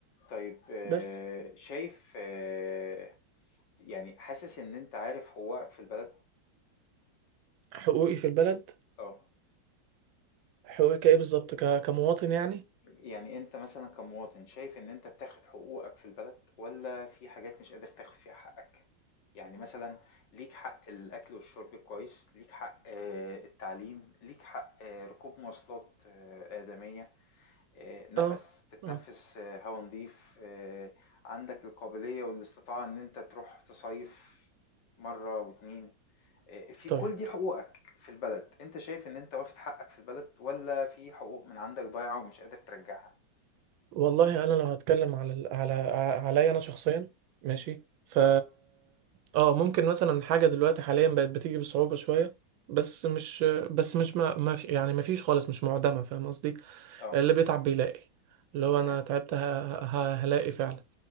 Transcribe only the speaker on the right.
بس
حقوقي في البلد
حقوقي كايه بالظبط ك... كمواطن يعني
اه
اه
طيب
والله انا لو هتكلم على ال- على ع- عليا انا شخصيا ماشي ف
اه ممكن مثلا حاجه دلوقتي حاليا بقت بتيجي بصعوبه شويه بس مش بس مش ما, ما في يعني ما فيش خالص مش معدمه فاهم قصدي
اللي بيتعب بيلاقي اللي هو
انا تعبت ه- ه- هلاقي فعلا